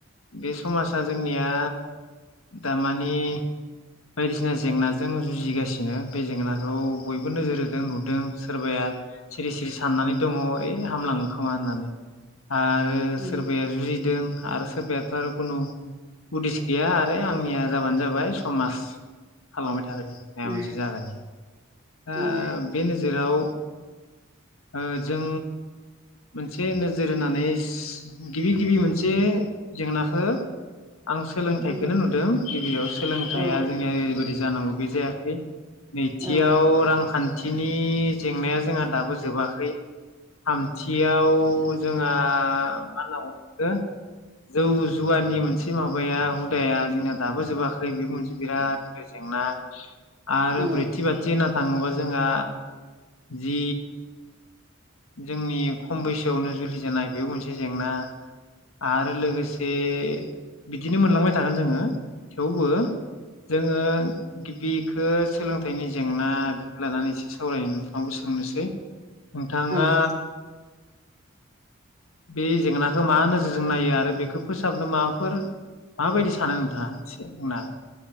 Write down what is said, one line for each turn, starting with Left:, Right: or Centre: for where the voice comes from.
Left: बे समाजा जोंनिया दामानि बायदिसिना जेंनाजों जुजिगासिनो बे जेंनाखौ बयबो नोजोर होदों नुदों सोरबाया सिरि सिरि साननानै दङ ओइ हामलाङो खोमा होननानै आरो
Right: उम
Left: सोरबाया जुजिदों आरो सोरबायाथ' आरो खुनु उदिस गैया आरो आंनिया जाबानो जाबाय समाज थांबाय था
Right: उम
Left: <unintelligible> ओ
Right: उम
Left: बेनो जेराव ओ जों मोनसे नोजोर होनानै गिबि गिबि मोनसे जेंनाखौ आं सोलोंथाइखौनो
Right: उम
Left: नुदों गिबियाव सोलोंथाया
Right: औ
Left: जोंनिया ओरैबायदि जानांगौ बे जायाखै बेयाव
Right: औ
Left: रांखान थिनि जेंनाया जोंहा दाबो जोबाखै थामथियाव जोंहा मा होनना बुङो बेखौ जौ जुवानि मोनसे माबाया हुदाया जोंना दाबो जोबाखै बेबो मोनसे बिराद गिदिर जेंना आरो
Right: औ
Left: ब्रै थि थाङोबा जोंहा जि जोंनि खम बैसोआवनो जुलि जानाय बेबो मोनसे जेंना आरो लोगोसे बिदिनो मोनलांबाय थागोन जोङो थेवबो जोङो गिबिखो सोलोंथ यनि जेंना बेखौ लानानै एसे सावनो नोंथांखौ सोंनोसै नोंथाङा
Right: औ
Left: बे जेंनाखौ मा नोजोरजों नायो आरो बेखौ फोसाबनो माबाफोर माबायदि सानो नोंथाङा एसे बुंनो हा